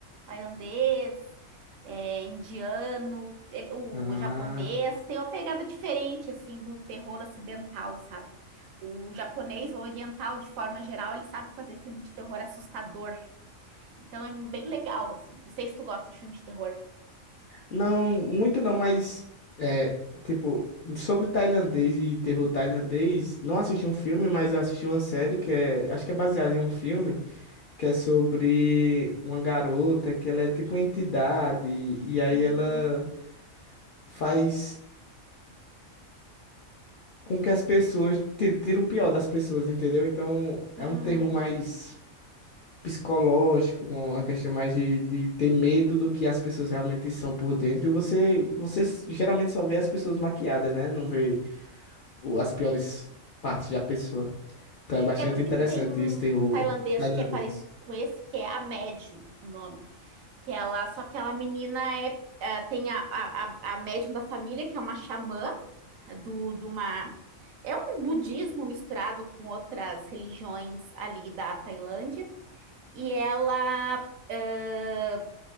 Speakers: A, on the right; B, on the left.
A: tailandês, é, indiano, ele- o
B: Ah.
A: japonês, tem uma pegada diferente, assim, do terror ocidental, sabe? O japonês, o oriental, de forma geral, ele sabe fazer filme de terror assustador. Então é bem legal, assim. Não sei se tu gosta de filme de terror.
B: Não, muito não, mas é, tipo, sobre tailandês e terror tailandês, não assisti um filme, mas eu assisti uma série que é, acho que é baseada em um filme, que é sobre uma garota que ela é tipo uma entidade e aí
A: Hum,
B: ela faz com que as pessoas ti- tira o pior das pessoas, entendeu? Então, é
A: Ah,
B: um terror
A: entendi.
B: mais psicológico, uma questão mais de, de ter medo do que as pessoas realmente são por dentro. E você, você s- geralmente só vê as pessoas maquiadas, né? Não vê o- as piores partes da pessoa. Então é bastante
A: É porque
B: interessante
A: tem um,
B: esse terror
A: um tailandês
B: tailandês.
A: que é parecido com esse, que é a Médium, o nome. Que ela, só que ela menina é, é, tem a, a, a a médium da família, que é uma xamã do, de uma. É um budismo misturado com outras religiões ali da Tailândia. E ela, ah,